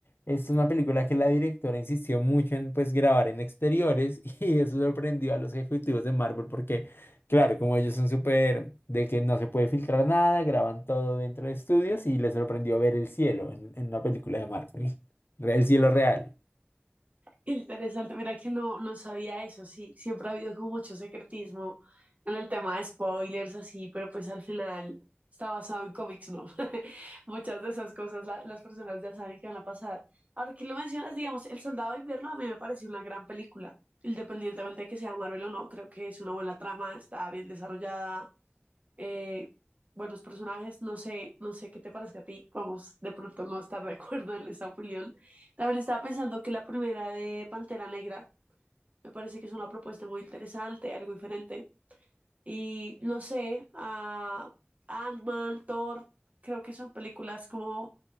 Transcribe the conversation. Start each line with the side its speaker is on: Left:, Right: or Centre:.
Left: es una película que la directora insistió mucho en pues grabar en exteriores <laughs> y eso sorprendió a los ejecutivos de Marvel porque, claro, como ellos son súper de que no se puede filtrar nada, graban todo dentro de estudios y les sorprendió ver el cielo en, en una película de Marvel, <laughs> el cielo real.
Right: Interesante, mira que no, no sabía eso, sí, siempre ha habido como mucho secretismo en el tema de spoilers, así, pero pues al final está basado en cómics, ¿no? <laughs> Muchas de esas cosas la- las personas ya saben que van a pasar. Ahora que lo mencionas, digamos, El Soldado de Invierno a mí me pareció una gran película, independientemente de que sea Marvel o no, creo que es una buena trama, está bien desarrollada, eh, buenos personajes, no sé, no sé qué te parece a ti, vamos de pronto no estar de <laughs> acuerdo en esa opinión. También estaba pensando que la primera de Pantera Negra me parece que es una propuesta muy interesante, algo diferente. Y no sé, a Ant-Man, Thor, creo que son películas como,